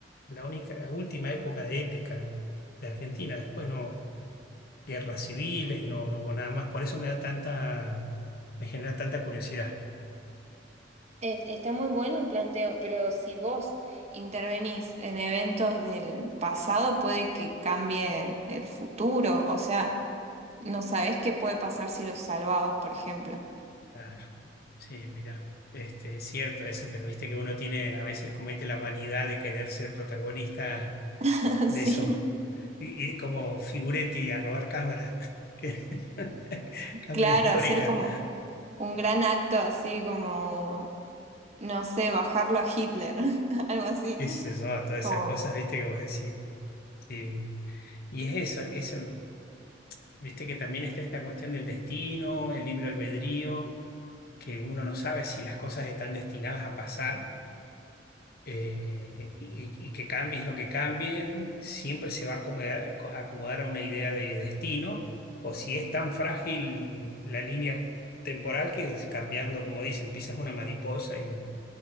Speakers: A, on the left; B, on the right.
A: la única, la última época de épica en- de Argentina. Después no, guerras civiles y no, no hubo nada más. Por eso me da tanta, me genera tanta curiosidad.
B: Es- está muy bueno el planteo, pero si vos intervenís en eventos del pasado, puede que cambie el futuro. O sea, no sabés qué puede pasar si los salvabas, por ejemplo.
A: Claro, sí, mira, este, es cierto eso, pero viste que uno tiene, a veces comete la vanidad de querer ser protagonista
B: <laughs>
A: de
B: Sí,
A: esos, y- ir como figuretti a robar cámaras <laughs> que- <laughs> cámara
B: claro,
A: histórica.
B: hacer como un gran acto así como, no sé, bajarlo a Hitler, <laughs> algo así,
A: qué sé yo, todas
B: como
A: esas cosas, viste, que vos decís. Sí. Y es eso, eso, viste que también está esta cuestión del destino, el libre albedrío, que uno no sabe si las cosas están destinadas a pasar eh, y, y que cambies lo que cambie, siempre se va a acomodar, a acomodar a una idea de destino, o si es tan frágil la línea temporal que es cambiando, como dicen, pisas una mariposa y,